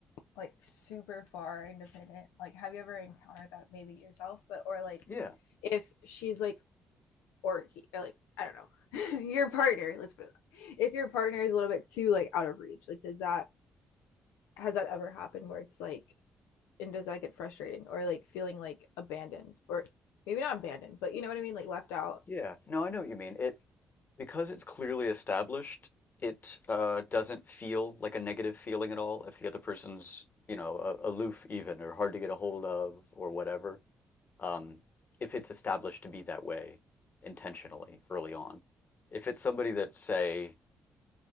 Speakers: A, on the left (about 85°); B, on the left (about 45°).
A: like super far independent? Like, have you ever encountered that maybe yourself? But or like,
B: Yeah,
A: if she's like or he or like I don't know <laughs> your partner. Let's put it. That. way. If your partner is a little bit too like out of reach, like does that has that ever happened where it's like and does that get frustrating or like feeling like abandoned or maybe not abandoned, but you know what I mean, like left out.
B: yeah. No, I know what you mean. It because it's clearly established, it uh, doesn't feel like a negative feeling at all if the other person's, you know, a, aloof even or hard to get a hold of or whatever. um, if it's established to be that way intentionally early on. If it's somebody that, say,